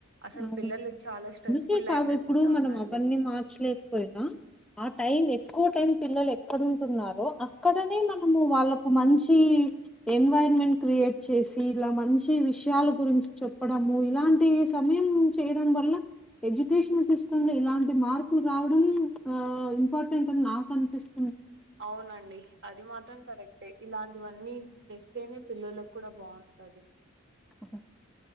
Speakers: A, on the right; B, in the centre.
A: అసలు
B: అవును
A: పిల్లలు చాలా స్ట్రెస్ఫుల్
B: అందుకే
A: లైఫ్
B: కాదు
A: అయిపోతా
B: ఇప్పుడు మనం
A: ఉందండి.
B: అవన్నీ మార్చలేకపోయినా ఆ టైం. ఎక్కువ టైం పిల్లలు ఎక్కడ ఉంటున్నారో అక్కడనే మనము వాళ్ళకు మంచి ఎడ్. ఎన్వైరన్మెంట్ క్రియేట్ చేసి ఇలా మంచి విషయాల గురించి చెప్పడము ఇలాంటి సమయం చేయడం వల్ల ఎడ్యుకేషన్ సిస్టమ్ లో ఇలాంటి మార్పులు రావడం ఆ ఇంపార్టెంట్ అని నాకు అనిపిస్తుంది.
A: అవునండి అది మాత్రం కరెక్ట్ టె ఇలాంటివన్నీ తెస్తేనే పిల్లక్ కూడా బావుంటది.
B: అ